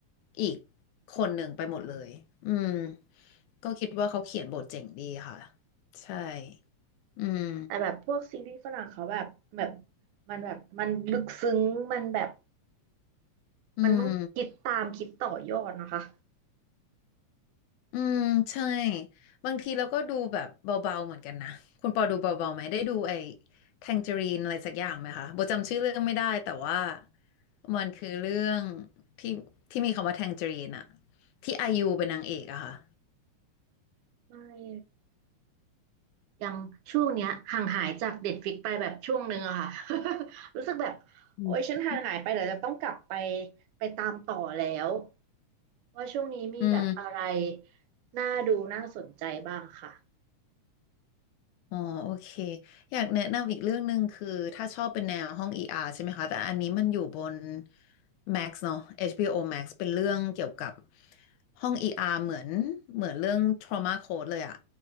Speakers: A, on the left (about 80°); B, on the right (about 85°).
A: อีกคนหนึ่งไปหมดเลยอืมก็คิดว่าเขาเขียนบทเจ๋งดีค่ะใช่อืม
B: แต่แบบพวกซีรีส์ฝรั่งเขาแบบแบบมันแบบมันลึกซึ้งมันแบบ
A: อืม
B: มันต้องคิดตามคิดต่อยอดนะคะ
A: อืมใช่บางทีเราก็ดูแบบเบาๆเหมือนกันนะคุณปอดูเบาๆไหมได้ดูไอ้แทงเจอรีนอะไรสักอย่างไหมคะโบจำชื่อเรื่องไม่ได้แต่ว่ามันคือเรื่องที่ที่มีคำว่าแทงเจอรีนอะที่ไอายูเป็นนางเอกอะค่ะ
B: ไม่ยังช่วงเนี้ยห่างหายจากเด็ดฟิกไปแบบช่วงหนึ่งอะค่ะ <laughs> รู้สึกแบบ
A: อืม
B: โอ๊ยฉันห่างหายไปเดี๋ยวจะต้องกลับไปไปตามต่อแล้วว่าช่วงนี้มีแบบอะไร
A: อืม
B: น่าดูน่าสนใจบ้างค่ะ
A: อ๋อโอเคอยากแนะนำอีกเรื่องหนึ่งคือถ้าชอบเป็นแนวห้อง ER ใช่ไหมคะแต่อันนี้มันอยู่บน Max เนอะ HBO Max เป็นเรื่องเกี่ยวกับห้อง ER เหมือนเหมือนเรื่อง Trauma Code เลยอะ